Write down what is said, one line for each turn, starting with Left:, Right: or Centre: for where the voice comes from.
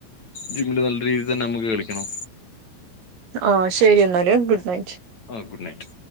Left: ജിമ്മില് നല്ല രീതിൽ തന്നെ നമ്മുക്ക് കളിക്കണം
Right: ആഹ് ശരി എന്നാല് ഗുഡ് നൈറ്റ്
Left: ആഹ് ഗുഡ് നൈറ്റ്